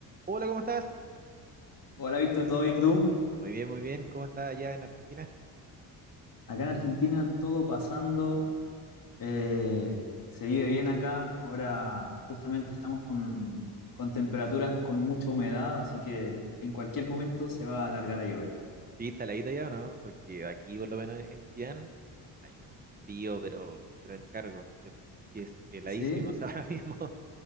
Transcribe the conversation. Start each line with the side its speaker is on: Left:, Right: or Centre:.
Right: Hola, ¿cómo estás?
Left: Hola Víctor, ¿todo bien y tú?
Right: Muy bien, muy bien. ¿Cómo está allá en Argentina?
Left: Acá en Argentina todo pasando, eh, se vive bien acá, ahora justamente estamos con, con temperaturas con mucha humedad, así que en cualquier momento se va a alargar a llover.
Right: Sí, está heladito ya, ¿o no? Porque aquí, por lo menos en Chillán, hay un frío, pero te lo encargo. se- Es heladísimo
Left: Sí,
Right: <laughs> ahora mismo.